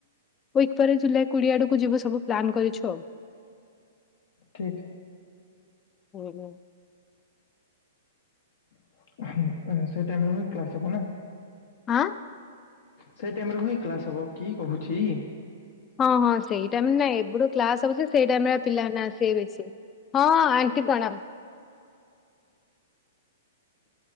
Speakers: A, on the left; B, on the left.
A: ୱିକ ପରେ ଜୁଲାଇ କୋଡିଏ ଆଡ଼କୁ ଯିବୁ ସବୁ ପ୍ଲାନ୍ କରିଛୁ ଆଉ।
B: ଠିକ୍।
A: ହୁଁ ହୁଁ।
B: <inaudible> ସେଇ ଟାଇମରେ ହ କ୍ଲାସ ହବ ନା?
A: ଆଁ
B: ସେଇ ଟାଇମରୁ ହିଁ କ୍ଲାସ ହବ କି କହୁଛି।
A: ହଁ ହଁ ସେଇ ଟାଇମ ନାଇଁ ଏୁବଠୁ କ୍ଲାସ ହଉଛି ସେଇ ଟାଇମ ରେ ପିଲାମାନେ ଆସିବେ ବେଶି। ହଁ ଆଣ୍ଟି ପ୍ରଣାମ।